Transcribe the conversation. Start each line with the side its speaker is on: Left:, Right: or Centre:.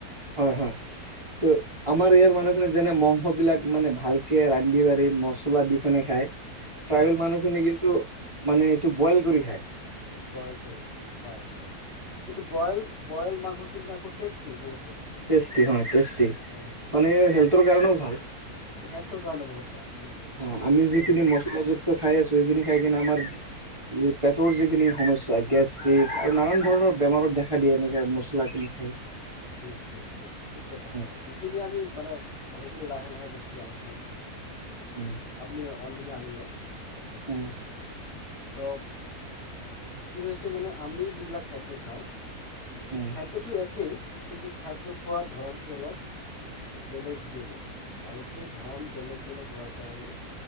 Right: হয় হয়। ত' আমাৰ ইয়াৰ
Left: নাই
Right: মানুহখিনি যেনে ম স বিলাক মানে ভালকে ৰান্ধি বাঢ়ি মচলা দি কিনি খায়। ট্ৰাইবেল
Left: হয়
Right: মানুহখিনি কিন্তু মানে এইটো বইল কৰি খায়।
Left: বইল কৰি খায় হয় হয় কিন্তু বইল বইল মাংস কিন্তু একৌ টেষ্টি বহুত।
Right: টেষ্টি হয় টেষ্টি
Left: বহুত টেষ্টি
Right: মানে হেল্থৰ কাৰণেও ভাল।
Left: হেল্থৰ কাৰণে বহুত ভাল হুম,
Right: অ আমি
Left: সেইটোৱে
Right: যিখিনি
Left: সেইটোৱে
Right: মছলাযুক্ত খাই আছো সেইখিনি সেইকাৰণে আমাৰ পেটৰ যিখিনি সমস্যা গেষ্টিক আৰু নানান ধৰণৰ বেমাৰত দেখা দিয়ে এনেকে মছলা খিনি খাই।
Left: ঠিক ঠিক ঠিক ঠিক কথা
Right: উম
Left: হয় সেইখিনি আমি মানে ভাবিছো লাহে লাহে বস্তুটো আলোচনাত আনিম।
Right: উম
Left: আপুনি। অলৰেডি আনিলে। একজেক্টলি
Right: উম
Left: ভাল। তো কি হৈছে মানে আমি যিবিলাক খাদ্য খাওঁ
Right: উম
Left: খাদ্যটো একেই। কিন্তু খাদ্য খোৱাৰ ধৰণ টো অলপ বেলেগ বেলেগ। আৰু সেই ধৰণ বেলেগ বেলেগ হোৱাৰ কাৰণে